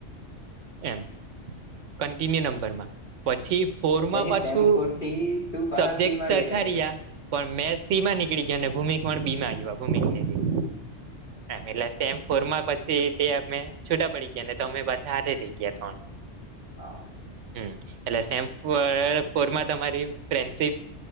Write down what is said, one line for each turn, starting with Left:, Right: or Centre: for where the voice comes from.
Right: એમ. કન્ટિન્યુ નંબરમાં. પછી ફોર માં
Left: પછી
Right: પાછું,
Left: સેમ ફોર થી તું પાહા
Right: સબજેક્ટ
Left: સીમાં
Right: સરખા
Left: ગઈ લાગેલો
Right: રહ્યા. પણ મે સી માં નીકળી ગયા, ને ભૌમિક પણ બી માં આવ્યા, ભૌમિક ને દેવ. એમ. એટલે સેમ ફોર માં પછી તે અમે છૂટા પડી ગયા ને તમે પાછા હાથે ગયા ત્રણ.
Left: હા.
Right: હમ્મ. એટલેે સેમ ફ ફોરમાં તમારી ફ્રેન્ડશીપ